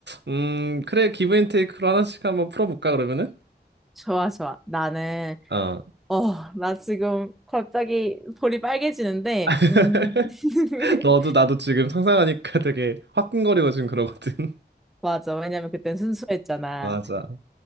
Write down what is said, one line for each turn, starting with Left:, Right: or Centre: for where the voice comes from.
Right: 음, 그래. 기브 앤 테이크로 하나씩 한번 풀어볼까, 그러면은?
Centre: 좋아, 좋아. 나는,
Right: 어.
Centre: 어, 나 지금 갑자기 볼이 빨개지는데,
Right: <laughs>
Centre: 음, <laughs>
Right: 너도 나도 지금 상상하니까 되게 화끈거리고 지금 그러거든. <laughs>
Centre: 맞아. 왜냐면 그땐 순수했잖아.
Right: 맞아.